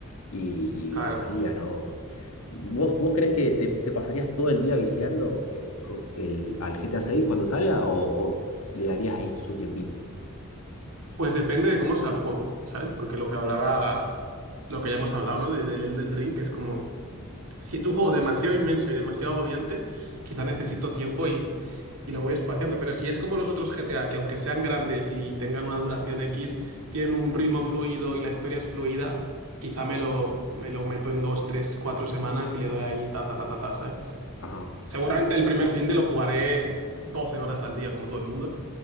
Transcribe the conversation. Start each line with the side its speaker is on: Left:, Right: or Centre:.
Left: y,
Right: Claro.
Left: y gustaría, ¿no? ¿Vos, vos creés que te, te pasarías todo el día viciando eh, con el, al GTA 6 cuando salga o, o le darías ahí su tiempito?
Right: Pues depende de cómo sea el juego, ¿sabes? Porque lo que hablaba, lo que ya hemos hablado, ¿no? De- Del Elden Ring, que es como... Si es un juego demasiado inmenso y demasiado agobiante, quizá necesito tiempo y, y lo voy espaciando. Pero si es como los otros GTA, que aunque sean grandes y tengan una duración X, tienen un ritmo fluido y la historia es fluida, quizá me lo, me lo meto en dos, tres, cuatro semanas y le doy ahí ta, ta, ta, ta, ta, ¿sabes?
Left: Ajá,
Right: Seguramente el primer fin de lo jugaré 12 horas al día, como todo el mundo.